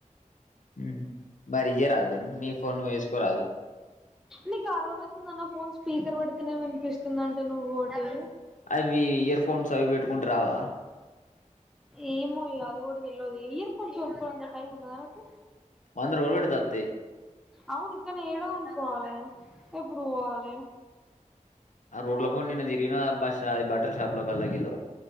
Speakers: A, on the left; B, in the centre.
A: హుహ్మ్ మరి ఇయ్యరాదు నీ ఫోన్ నువు యేసుకోరాదు
B: నీకర్ధమైతుందా నాక్ ఫోన్ స్పీకర్ పెడితేనే వినిపిస్తుంది అంటే నువ్వోటి
A: అవి ఇయర్ ఫోన్స్ అవి పెట్టుకుంటే రావా
B: ఏమో ఇగ అది గూడ తెల్వది ఇయర్ ఫోన్స్ కొన్కోడానికి టైం ఉన్ నానకు
A: వంద రూపాలు పెడ్తే అత్తయి
B: అవును కానీ ఏడ కొనుక్కోవాలె ఎప్పుడు పోవాలె
A: ఆ రోడ్ ల పొంటి నిన్న తిరిగిన బ షాయి బట్టల షాపుల కల్లగిల్లకు